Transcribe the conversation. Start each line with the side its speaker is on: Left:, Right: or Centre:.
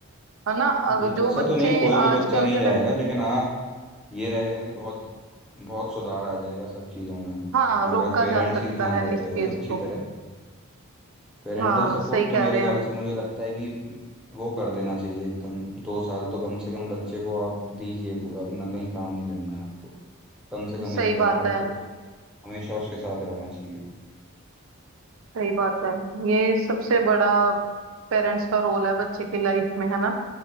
Right: है ना अगर
Centre: जी
Right: जो
Centre: ऐसा
Right: बच्चे
Centre: तो नहीं है कोई भी
Right: आजकल
Centre: बच्चा नहीं
Right: के
Centre: जाएगा
Right: टाइम
Centre: लेकिन हाँ ये रहेगा कि बहुत बहुत सुधार आ जाएगा सब चीज़ों में
Right: हाँ रोका
Centre: अगर पेरेंट्स
Right: जा सकता
Centre: ही ध्यान
Right: है
Centre: देते
Right: इस चीज
Centre: हैं अच्छी
Right: को
Centre: तरह पेरेंटल
Right: हाँ
Centre: सपोर्ट
Right: सही कह
Centre: तो मेरे
Right: रहे
Centre: ख्याल
Right: हैं
Centre: से मुझे लगता है कि वो कर देना चाहिए एकदम दो साल तो कम से कम बच्चे को आप दीजिए पूरा अपना कहीं काम नहीं करना है आपको कम से कम
Right: सही
Centre: एक पेरेंट
Right: बात है
Centre: को हमेशा उसके साथ रहना चाहिए
Right: सही बात है ये सबसे बड़ा पेरेंट्स का रोल है बच्चे की लाइफ में है ना